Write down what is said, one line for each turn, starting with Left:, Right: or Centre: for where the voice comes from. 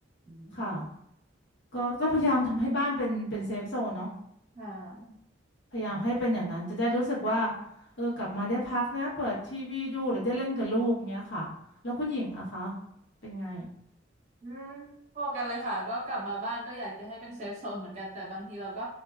Right: อืม
Left: ค่ะก็ก็พยายามทำให้บ้านเป็นเป็นเซฟโซนเนาะ
Right: ค่ะ
Left: พยายามให้เป็นอย่างนั้นจะได้รู้สึกว่าเออกลับมาได้พักนะเปิดทีวีดูหรือได้เล่นกับลูกเงี้ยค่ะแล้วคุณหญิงอะคะเป็นไง
Right: อืมพอกันเลยค่ะก็กลับมาบ้านก็อยากจะให้เป็นเซฟโซนเหมือนกันแต่บางทีเราก็